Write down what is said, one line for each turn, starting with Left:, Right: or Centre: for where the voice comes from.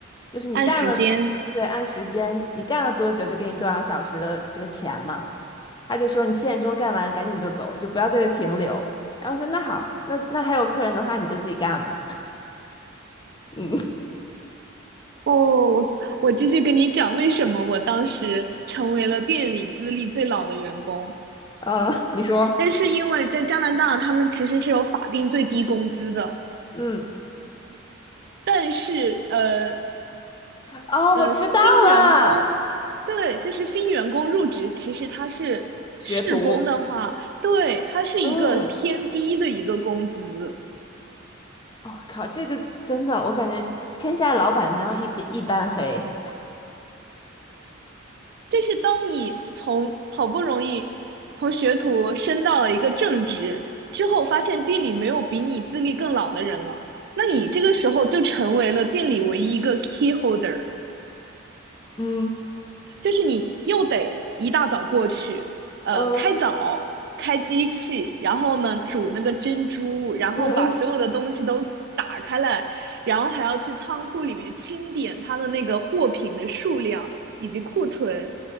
Left: 就是你干了，
Right: 按时间。
Left: 对，按时间，你干了多久就给你多少小时的这个钱嘛。他就说你七点钟干完赶紧就走，就不要在这停留。然后说那好，那那还有客人的话你就自己干吧。<laughs> 嗯。
Right: 哦，我我继续跟你讲为什么我当时成为了店里资历最老的员工。
Left: 嗯，你说，
Right: 但是因为在加拿大，他们其实是有法定最低工资的，
Left: 嗯，
Right: 但是呃，
Left: 啊，
Right: 呃，
Left: 我知道了，
Right: 新员工，对，就是新员工入职，其实它是试工的话，
Left: 学徒，
Right: 对，它是一个偏低的一个工资。
Left: 嗯，我、靠，这个真的，我感觉天下老板难道一边一般黑？
Right: 这是当你从好不容易从学徒升到了一个正职之后，发现店里没有比你资历更老的人了，那你这个时候就成为了店里唯一一个 key holder。
Left: 嗯
Right: 就是你又得一大早过去，呃，
Left: 嗯
Right: 开早开机器，然后呢煮那个珍珠，然后把所有的东西都打开来，
Left: 嗯嗯，
Right: 然后还要去仓库里面清点它的那个货品的数量以及库存，